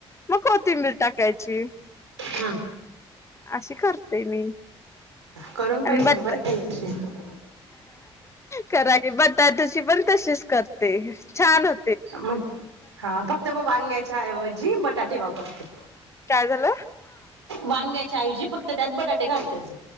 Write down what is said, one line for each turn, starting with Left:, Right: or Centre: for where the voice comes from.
Left: मग कोथिंबीर टाकायची.
Right: हां
Left: अशी करते मी.
Right: करून पाहिल
Left: आणि बटक
Right: मी बरं काही अशी
Left: करा की बटाटूची पण तशीच करते छान हो
Right: म हा फक्त मग वांग्याच्या ऐवजी बटाटे वापरते.
Left: काय झाल?
Right: वांग्याच्या ऐवजी फक्त त्यात बटाटे घालतेस.